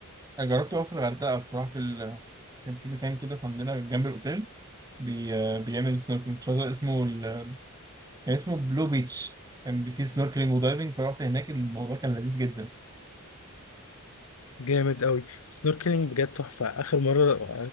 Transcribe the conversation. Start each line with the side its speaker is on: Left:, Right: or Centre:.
Right: انا جربته أوي في الغردقه بصراحه في ال... كان في مكان كده في عندنا جنب الاوتيل بي... آه، بيعمل سنوركلينج شاطئ اسمه ال... كان اسمه بلو بيتش كان بي- فيه سنوركلينج ودايفنج فرحت هناك الموضوع كان لذيذ جدا يا
Left: جامد قوي سنوركلينج بجد تحفة آخر مرة